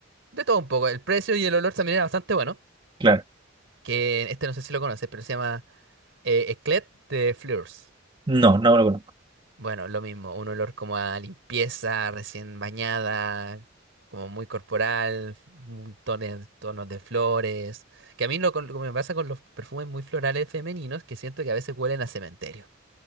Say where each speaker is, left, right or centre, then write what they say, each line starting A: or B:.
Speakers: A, on the right (about 70°); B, on the right (about 25°).
A: de todo un poco. El precio y el olor también era bastante bueno,
B: claro.
A: que este no sé si lo conoces, pero se llama... Eh, Eclet de Fleurs.
B: No, no lo conozco.
A: Bueno, lo mismo, un olor como a limpieza, recién bañada, como muy corporal, un tono- tonos de flores. Que a mí lo, con- lo que me pasa con los perfumes muy florales femeninos, que siento que a veces huelen a cementerio.